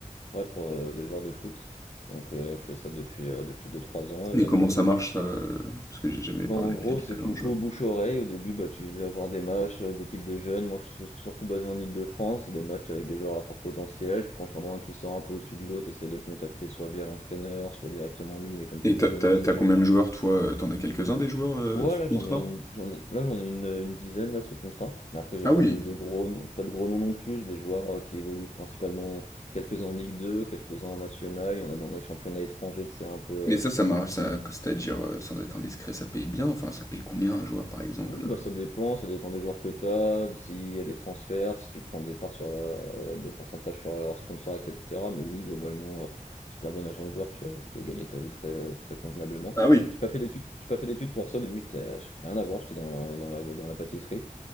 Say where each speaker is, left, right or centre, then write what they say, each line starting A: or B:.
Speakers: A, on the left; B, on the left.
A: Ouais, pour euh, des joueurs de foot. Donc, euh, je fais ça depuis, euh, depuis deux trois ans. Et,
B: Mais comment
A: euh,
B: ça marche ça? euh, Parce que j'ai jamais
A: Bon,
B: parlé
A: en
B: à quelqu'un
A: gros,
B: qui
A: c'est
B: est agent
A: beaucoup
B: de joueur.
A: bouche-oreille. Au début, bah, tu vas avoir des matchs euh, d'équipes de jeunes. Moi, je suis sou- surtout basé en Île-de-France. Des matchs avec des joueurs à fort potentiel. Quand on voit un qui sort un peu au-dessus du lot, tu de le contacter soit via l'entraîneur, soit directement lui. Mais comme
B: Et
A: plus
B: t'as
A: des
B: t'as-
A: jeunes, ou c'est
B: t'as
A: pas.
B: combien de joueurs toi? euh, T'en as quelques-uns des joueurs euh,
A: Ouais,
B: sous
A: là
B: contrat?
A: j'en ai une, j'en ai, là j'en ai une, euh, une dizaine là sous contrat. Après j'ai
B: Ah
A: pas
B: oui.
A: de, de gros, noms- j'ai pas de gros noms non plus. J'ai des joueurs euh, qui évoluent principalement quelques-uns en Ligue 2 quelques-uns en National. Il y en a dans les championnats étrangers, c'est un peu.
B: Mais
A: euh,
B: ça, ça marche, ça, c'est-à-dire, euh, sans être indiscret, ça paye bien. Enfin, ça paye combien un joueur par exemple?
A: Oui, bah ça dépend, ça dépend des joueurs que t'as, s'il y a des transferts, si tu prends des parts sur euh, de pourcentage sur leurs sponsors, etc. Mais oui, globalement, euh, si t'es un bon agent de joueur, tu vas plutôt gagner ta vie très très convenablement.
B: Ah oui.
A: J'ai pas fait d'études, j'ai pas fait d'études pour ça. Au début, j'étais, euh, je- fais rien à voir, j'étais dans, dans la dans la pâtisserie.